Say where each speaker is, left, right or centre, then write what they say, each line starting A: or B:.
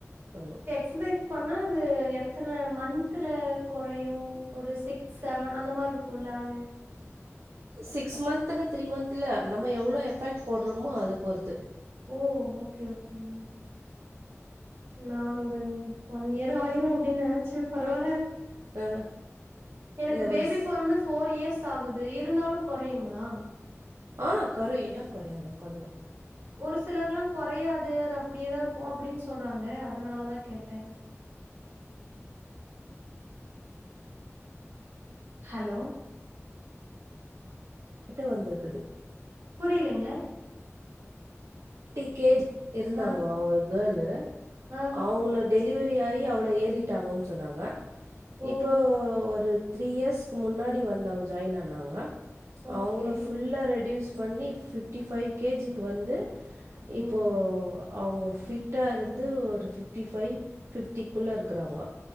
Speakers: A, on the right; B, on the right.
A: பண்ணும்
B: எக்சசைஸ் பண்ணா அது எத்தன மந்துல கொறையு ஒரு சிக் செவன் அந்த மார்ருக்குல்ல அது
A: சிக்ஸ் மந்த்துல த்ரீ மந்த்துல நம்ம எவ்ளோ எஃபெட் போட்றோமோ அத பொறுத்
B: ஓ ஓகே ஓகேங்க நான் ஒரு ஒன் இயர் ஆயிரு அப்டின்னு நெனச்சே பரவால்ல
A: ஆ
B: எனக்கு
A: இல்லை
B: பேபி
A: ஒரு
B: போறந்து போஃர் இயர்ஸ் ஆகுது இருந்தாலு கொறையுங்ளா
A: ஆ கொறயு ஏ கொறையாது கொறையு
B: ஒரு சிலர் ல்லா குறையாது அது அப்டியேதா இருக்கு அப்டின்னு சொல்றாங்க அதனாலதா கேட்டே ஹலோ
A: கிட்ட வந்துர்க்குது
B: புரியலேங்க
A: டி கே இருந்தாங்கோ
B: ஆ
A: ஒரு கேளு
B: ஆ
A: அவங்கள டெலிவரி ஆயி அவ்ளோ ஏறிட்டாங்கன்னு சொன்னாங்க
B: ஓ
A: இப்போ ஒரு த்ரீ இயர்ஸ்க்கு முன்னாடி வந்தாங்க ஜாயின் ஆனாங்க
B: ஓகே
A: அவங்கள ஃபுல்லா ரெட்யூஸ் பண்ணி ஃபிப்டி ஃபைவ் கேஜிக்கு வந்து இப்போ
B: ஓ
A: அவங்க ஃபிட்டா ருந்து ஒரு ஃபிஃப்டி ஃபைவ் ஃபிஃப்டிக்குள்ள இருக்குறாங்கொ